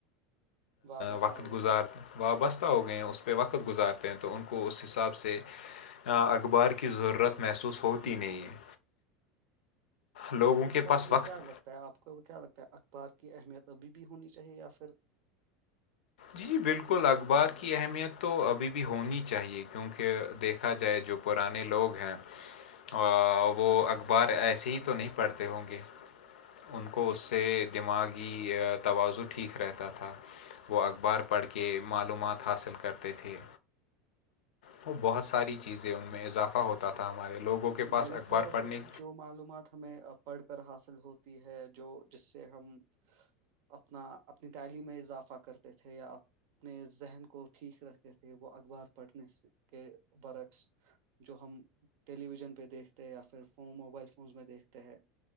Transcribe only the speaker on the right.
وابستہ
ہوتے
آپ کے خیال
میں
کیا لگتا ہے آپ کو کیا لگتا ہے اخبار کی اہمیت ابھی بھی ہونی چاہیے یا پھر
نہیں
ہونی چاہیے
میرے
خیال
سے جو معلومات ہمیں پڑھ کر حاصل ہوتی ہے جو جس سے ہم اپنا اپنی تعلیم میں اضافہ کرتے تھے یاپ اپنے ذہن کو ٹھیک رکھتے تھے وہ اخبار پڑھنے کے برعکس جو ہم ٹیلی ویژن پہ دیکھتے یا پھر فون موبائل فونز میں دیکھتے ہے